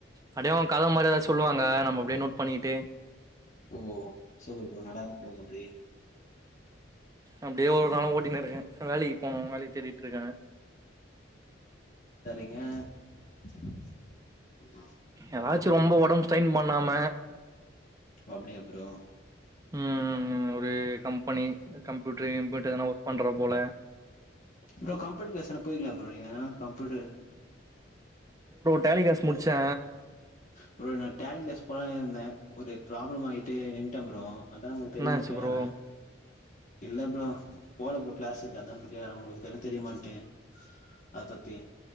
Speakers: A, on the right (about 20°); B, on the left (about 40°).
A: அப்டே அவ்ங்க கத மார் ஏதாவ் சொல்லுவாங்க நம்ம அப்டியே நோட் பண்ணிட் ட்டு
B: ஓ சூப்பர் ப்ரோ நல்லாதா ப்ரோ பண்றீங்
A: அப்டியே ஒரு ஒரு நாளூ ஓட்டினுருக்கே இப்ப வேலைக்கு போணூ வேலைய தேடிட்ருக்கே
B: ஏ
A: எதாச்சு ரொம்ப ஒடம்ப் ஸ்டைன் பண்ணாம
B: அப்படியா ப்ரோ
A: ம் ம் ம் ஒரு கம்பெனி கம்ப்யூட்டர் இன்புட் எதனா ஒர்க் பண்ற போல
B: ப்ரோ கம்ப்யூட்டர் கிளாஸ் என போயிருக்கீங்ளா ப்ரோ இங்கலா கம்ப்யூட்டரு
A: டேலி காஸ் முடிச்சே
B: ப்ரோ நான் டேலி கிளாஸ் போலானுர்ந்தே ஒரு ப்ராப்ளமாயிட்டு நின்டே ப்ரோ அதா உங்களுக்கு தெரியுமா
A: என்ன ஆச்சு
B: கேக்றே
A: ப்ரோ
B: இல்ல ப்ரோ போல ப்ரோ கிளாஸுக்கு அதா ப்ரோ கேக்ற உங்களுக்கு எதூ தெரியுமான்ட்டு அத பத்தி